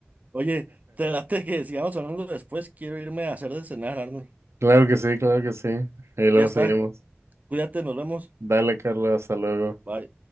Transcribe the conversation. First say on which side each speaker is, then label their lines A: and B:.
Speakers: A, on the right; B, on the right.
A: Oye, te late que sigamos hablando después. Quiero irme a hacer de cenar, Arnold.
B: Claro que sí, claro que sí. Y luego
A: Ya está.
B: seguimos.
A: Cuídate, nos vemos.
B: Dale, Carlos, hasta luego.
A: Bye.